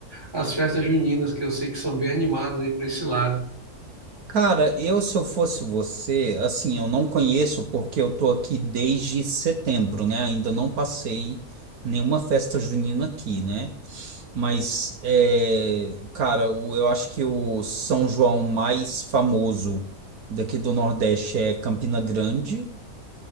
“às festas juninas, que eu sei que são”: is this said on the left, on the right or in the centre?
Right